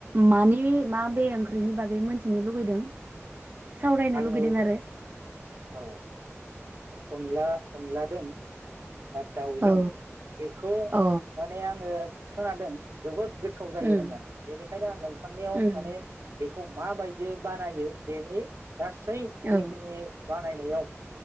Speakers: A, on the right; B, on the right.
A: मानि माबे ओंख्रिनि बागै मोनथिनो लुगैदों। सावरायनो
B: आङो
A: लुगैदों आरो
B: औ आङो। अनला अनला जों दाउजों
A: औ
B: बेखौ
A: अ
B: माने आङो खोनादों जोबोद गोथाव जायो
A: उम
B: होननानै बेनिखायनो आं नोंथांनियाव
A: उम
B: माने बेखौ मा बायदियै बानायो बेनि गासै
A: औ
B: जिखिनि बानायनायाव